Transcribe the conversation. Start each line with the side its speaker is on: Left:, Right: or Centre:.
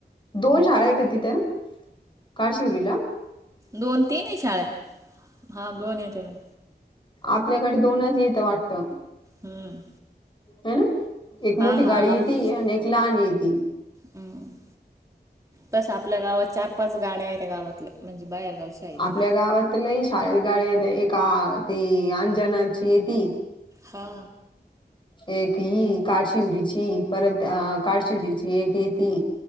Left: दोन शाळा आहे का तिथं काठशिवरीला?
Right: दोन तीन आहे शाळा हा दोन ये त्या ना
Left: आपल्याकडे दोनच येतं वाटतं.
Right: हम्म.
Left: हे ना एक मोठी
Right: हा हा
Left: गाडी येती
Right: आप-
Left: आणि एक लहान येती.
Right: हम्म तसं आपल्या गावात चार पाच गाड्या आहेत त्या गावातल्या. म्हणजे बाहेरगाव शाळेच्या
Left: आपल्या गावात त लय शाळे गाडे येतंय एका ती अंजणाचीय ती
Right: हा.
Left: एक ही काठशिवरीची परत अ काठशिवरीची एक येती.